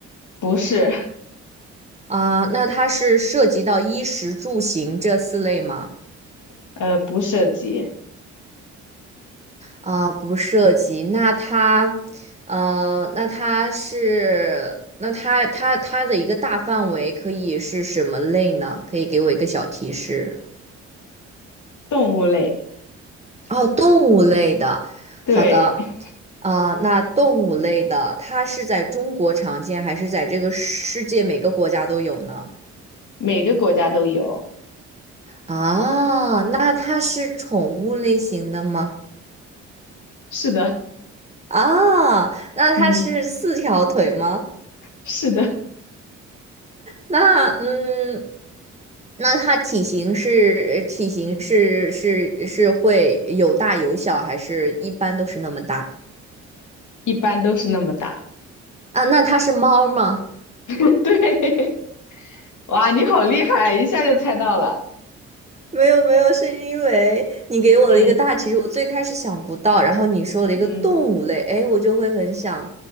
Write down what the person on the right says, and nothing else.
啊、那它是涉及到衣食住行这四类吗？
啊，不涉及。那它，呃，那它是，那它它它的一个大范围可以是什么类呢？可以给我一个小提示。
哦，动物类的。
好的，
啊，那动物类的，它是在中国常见，还是在这个世界每个国家都有呢？
啊，那它是宠物类型的吗？
啊，那它是四条腿吗？
那嗯，那它体型是体型是是是会有大有小，还是一般都是那么大
啊？那它是猫吗？
没有没有，是因为你给我的一个大其实我最开始想不到，
然后你说了一个动物类，
哎，我就会很想，